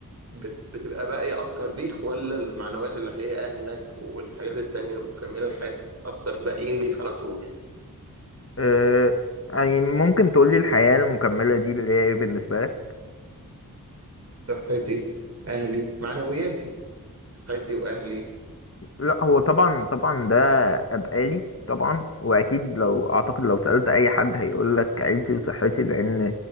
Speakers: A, on the right; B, on the left.
A: بت- بتبقى باقية اكتر ليك ولا المعنويات اللي هي اهلك والحاجات التانية المكملة لحياتك اكتر باقيين ليك على طول
B: آه... يعني ممكن تقولي الحياة المكملة دي اللي هي إيه بالنسبة لك؟
A: صحتي اهلي معنوياتي صحتي واهلي
B: لا هو طبعا طبعا ده ابقالي طبعا واكيد لو اعتقد لو سألت اي حد هيقول لك عيلتي وصحتي لان